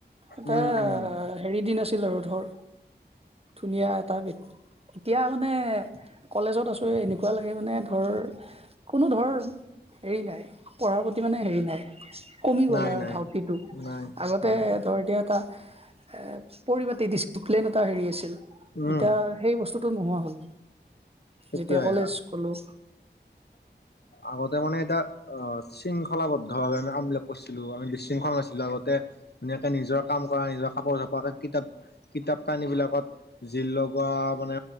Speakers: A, on the right (about 35°); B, on the left (about 65°).
A: এটা
B: উম উম
A: হেৰি দিন আছিল আৰু ধৰ ধুনীয়া এটা এতিয়া মানে কলেজত আছোঁৱে এনেকুৱা লাগে মানে ধৰ কোনো ধৰ হেৰি নাই পঢ়াৰ প্ৰতি মানে হেৰি নাই কমি গ'ল
B: নাই
A: আৰু
B: নাই
A: ধাউতিটো
B: নাই
A: আগতে
B: নাই
A: ধৰ এতিয়া এটা এ পৰিপাটী ডিচপ্লেন এটা হেৰি আছিল
B: উম
A: ইতা সেই বস্তুটো নোহোৱা হ'ল
B: সেইটোয়ে
A: যেতিয়া কলেজ গ'লোঁ
B: আগতে মানে এতা অ শৃংখলাবদ্ধ ভাৱে আমি আমবলাপ কৰিছিলো আমি বিশৃংখল নাছিলো আগতে ধুনীয়াকে নিজৰ কাম কৰা নিজৰ কাপোৰ চপৰ কিতাপ কিতাপ কানী বিলাকত জিলোগা লগোৱা মানে